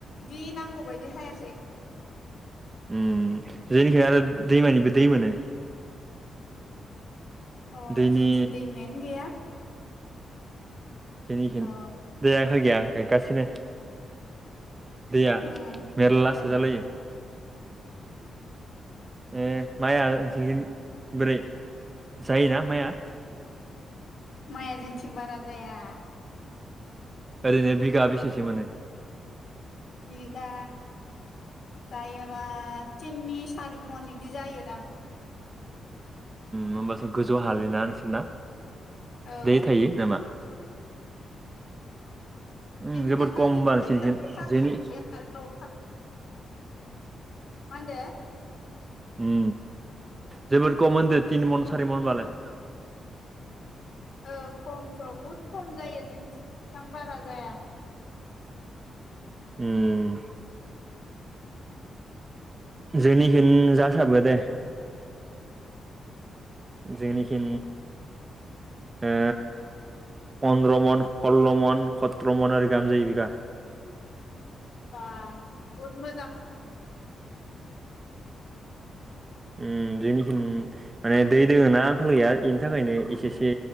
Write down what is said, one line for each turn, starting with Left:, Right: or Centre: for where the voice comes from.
Left: बि नांगौबायायदि हायाखै।
Right: उम जेनिखाय आरो दैमानिबो दै मोनो।
Left: अ
Right: दैनि
Left: जोंथिं दैमायानो गैया।
Right: सिनिखिन
Left: अ
Right: देयाखौ गैया नेगासिनो दैया
Left: उम
Right: मेरला
Left: मोजां
Right: सो जालायो। ओ माया <unintelligible> ब्रै जायो ना माया।
Left: माइआ जोंथिं बारा जाया।
Right: ओरैनो बिघा बेसेसो मोनो
Left: बिगा जायोबा तिननि सारि मन बिदि जायो दा। <inaudible>
Right: होमबाथ' गोजौ हालि ना नोंसोरना
Left: औ
Right: दै थायो नामा।
Left: दैफ्रा
Right: उम जोबोद खम
Left: अखा
Right: मानोसि
Left: हाबाय
Right: जनि
Left: थायो आरो माहोनदो।
Right: उम जोबोर खम होनदो तिन मन सारि मन होनबालाय।
Left: औ खमथ' बहुद खम जायो जोंथिं बेसेबां बारा जाया।
Right: उम जोंनिखौनो जासारो दे जोंनिखि ओ। पन्द्र' मन सल्ल' मन सत्र' मन आरो गामजायो बिगा।
Left: बा बहद मोजां।
Right: उम जोंनिखिनि माने दै दोङ ना आंखाल गैया बेनि थाखायनो इसेसे